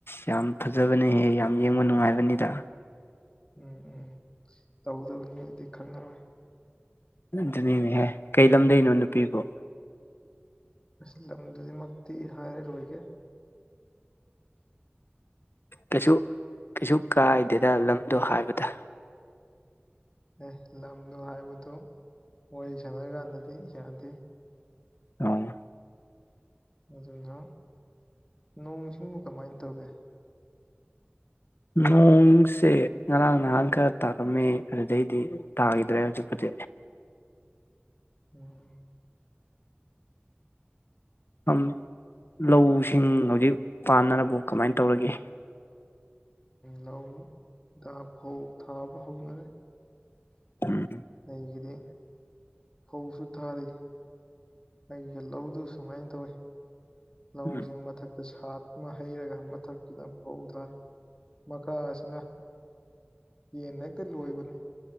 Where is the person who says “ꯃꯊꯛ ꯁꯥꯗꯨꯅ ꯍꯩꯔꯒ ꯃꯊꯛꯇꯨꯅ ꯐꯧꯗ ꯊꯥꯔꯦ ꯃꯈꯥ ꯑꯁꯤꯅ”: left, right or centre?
Left